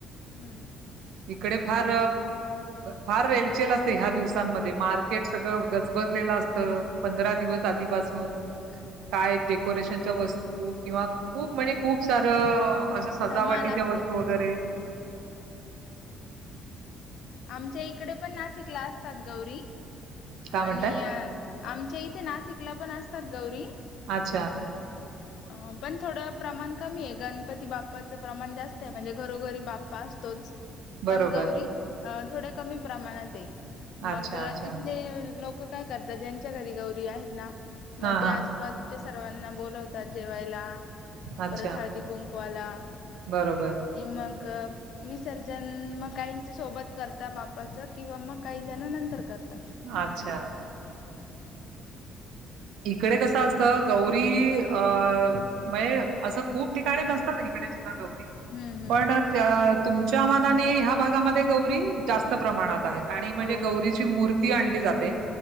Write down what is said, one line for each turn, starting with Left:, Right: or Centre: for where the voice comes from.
Left: हम्म <inaudible>
Right: इकडे फार फार रेलचेल असते ह्या दिवसांमध्ये मार्क र्केट सगळं गजबजलेलं असतं पंधरा दिवस आधीपासून काय डेकोरेशनच्या वस्तू किंवा खूप म्हणजे खूप सारं असं सजावटीच्या
Left: धमाल असते
Right: वस्तू
Left: म्हणजे
Right: वगैरे.
Left: आमच्या इकडे पण नाशिकला असतात गौरी
Right: काय
Left: आणि
Right: म्हणताय?
Left: अ आमच्या इथे नाशिकला पण असतात गौरी.
Right: अच्छा
Left: <inaudible> पण थोडं प्रमाण कमी आहे. गणपती बाप्पाचं प्रमाण जास्त आहे म्हणजे घरोघरी बाप्पा तोच.
Right: बरोबर.
Left: पण गौरी अ थोड्या कमी प्रमाणात आहे मग
Right: अच्छा, अच्छा.
Left: इथले लोक काय करतात. ज्यांच्या घरी गौरी आहेत ना मग
Right: हां,
Left: ते
Right: हां.
Left: आजूबाजू सर्वांना बोलवतात जेवायला
Right: अच्छा
Left: परत हळदी कुंकुवाला.
Right: बरोबर.
Left: मग विसर्जन मग काय सोबत करता बाप्पाचं किंवा मग काही जण नंतर करतात.
Right: अच्छा, इकडे कसं असत गौरी अ म्हये असं खूप ठिकाणी असतात. इकडे सुद्धा गौरी
Left: हम्म हम्म
Right: पण तुमच्या मनाने ह्या भागामध्ये गौरी जास्त प्रमाणात असतात आणि म्हणजे
Left: हो
Right: गौरीची
Left: हो हो
Right: मूर्ती आणली जाते.